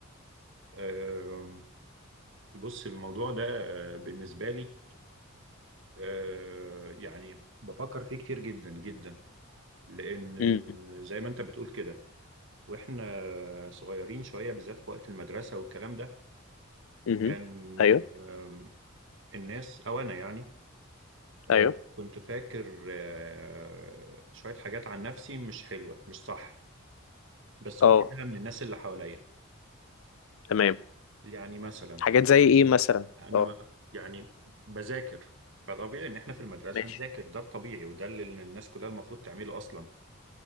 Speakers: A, on the right; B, on the left.
A: آم، بص الموضوع ده آه، بالنسبة لي آه، يعني بفكر فيه كتير جدا جدا لأن
B: ده؟
A: آه، زي ما أنت بتقول كده وإحنا صغيرين شوية بالذات في وقت المدرسة والكلام ده
B: مهم.
A: كان
B: ايوه
A: آم، الناس أو أنا يعني آه،
B: ايوه
A: كنت فاكر آه، شوية حاجات عن نفسي مش حلوة مش صح بس
B: اه
A: واخدها من الناس اللي حواليا
B: تمام
A: يعني مثلا
B: حاجات زي ايه مثلا
A: انا
B: اه
A: ما- يعني بذاكر فطبيعي ان احنا في المدرسه
B: ماشي
A: نذاكر ده الطبيعي وده اللي الناس كلها المفروض تعمله اصلا